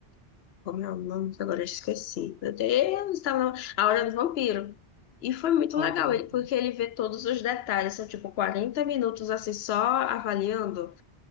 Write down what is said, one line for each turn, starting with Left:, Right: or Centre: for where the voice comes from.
Left: Como é o nome? Agora eu esqueci. Meu Deus, estava na- A Hora do Vampiro. E foi muito
Right: Hora
Left: legal,
Right: do Vampiro.
Left: ele- porque ele vê todos os detalhes. São tipo 40 minutos assim, só avaliando